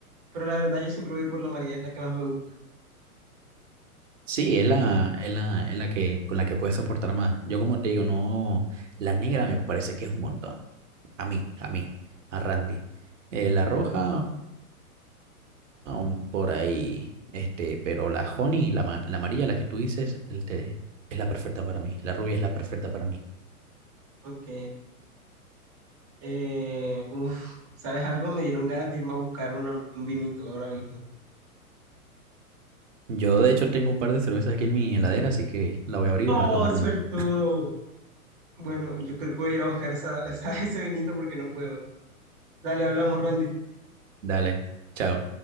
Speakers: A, on the right; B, on the right.
A: pero la verdad yo siempre voy por la María, es la que más me gusta.
B: Sí, es la, es la, es la que, con la que puedes soportar más. Yo, como te digo, no. La negra me parece que es un montón. A mí, a mí, a Randy. Eh, la roja. aún por ahí. Este, pero la honey, la, ma- la amarilla, la que tú dices, el té, es la perfecta para mí. La rubia es la perfecta para mí.
A: Ok. Eh, uf, ¿sabes algo? Me dieron ganas de irme a buscar una- un vinito ahora mismo.
B: Yo, de hecho, tengo un par de cervezas aquí en mi heladera, así que la voy a abrir
A: Oh,
B: y me voy a tomar
A: suertudo.
B: una.
A: Bueno, yo creo que voy a ir a buscar esa, esa- <laughs> ese vinito porque no puedo. Dale, hablamos, Randy.
B: Dale, chao.